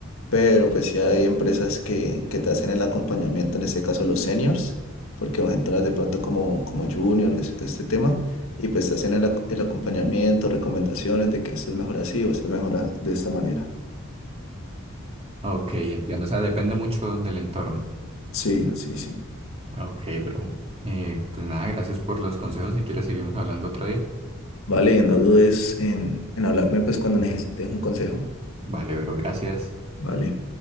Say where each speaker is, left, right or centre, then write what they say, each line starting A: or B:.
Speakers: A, on the left; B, on the right.
A: pero pues sí hay empresas que, que te hacen el acompañamiento, en este caso los seniors, porque vas a entrar de pronto como, como junior, es- este tema, y pues te hacen el, ac- el acompañamiento, recomendaciones de que esto es mejor así o esto es mejor a- de esta manera.
B: Ok, entiendo, o sea, depende mucho del entorno.
A: Sí, sí, sí.
B: Ok, bro. Eh, pues nada, gracias por los consejos. Si quieres, seguimos hablando otro día.
A: Vale, no dudes en, en hablarme pues cuando necesites un consejo.
B: Vale, bro, gracias.
A: Vale.